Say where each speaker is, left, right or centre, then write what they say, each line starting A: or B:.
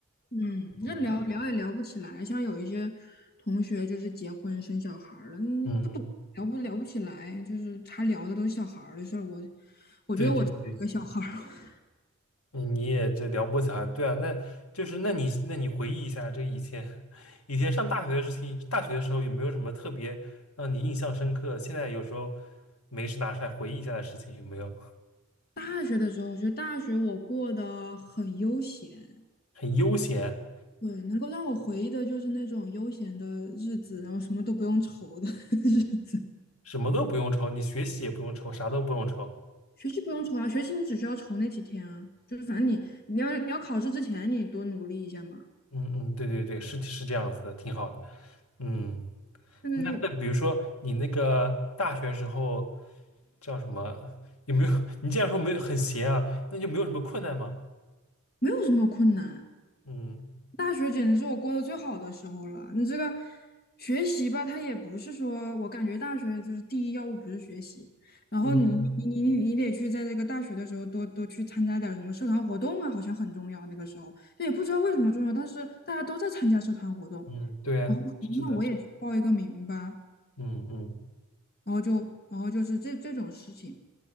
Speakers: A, on the left (about 45°); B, on the left (about 85°).
A: 嗯，
B: 嗯。
A: 那聊聊也聊不起来，像有一些同学就是结婚生小孩儿了，嗯，
B: 嗯，
A: 不懂，
B: <laughs>
A: 聊不聊不起来，就是他聊的都是小孩儿的事儿。我我觉得我一个小孩儿。
B: 对对对，嗯你也这撩拨小孩，对啊，那就是那你那你回忆一下，这以前 <laughs> 以前上大学的事情，大学的时候有没有什么特别让你印象深刻？现在有时候没事拿出来回忆一下的事情，有没有
A: <laughs> 大学的时候，我觉得大学我过得很悠闲，
B: 很悠闲，
A: 对，能够让我回忆的就是那种悠闲的日子，然后什么都不用愁的 <laughs> 日子。
B: 什么都不用愁，你学习也不用愁，啥都不用愁。
A: 学习不用愁啊，学习你只需要愁那几天啊，就是反正你你要你要考试之前你多努力一下嘛，
B: 嗯嗯，对对对，是是这样子的，挺好的。嗯，
A: 但是
B: 那那比如说你那个大学时候叫什么？有没有？<laughs> 你既然说没有很闲啊，那就没有什么困难吗？
A: 没有什么困难。
B: 嗯
A: 大学简直是我过得最好的时候了。你这个学习吧，它也不是说，我感觉大学就是第一要务不是学习，然后你嗯你你你你得去在这个大学的时候多多去参加点儿什么社团活动啊，
B: 嗯嗯，
A: 好像很重要。那个时候也不知道为什么重要，但是大家都在参加社团活动，
B: 嗯，对啊，
A: 然后那我也去报一个名吧，
B: 是的，嗯嗯，
A: 然后就然后就是这这种事情。